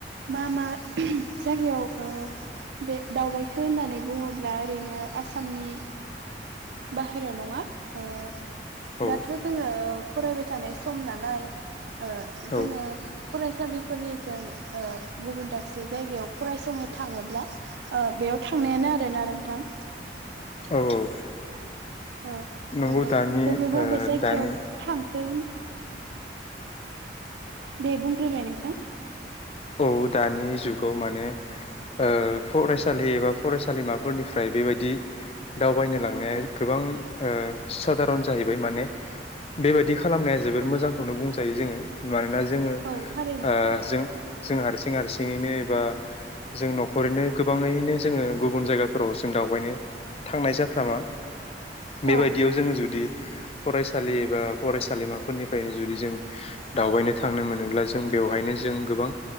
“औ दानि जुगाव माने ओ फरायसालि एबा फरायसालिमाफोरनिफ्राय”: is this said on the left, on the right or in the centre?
Left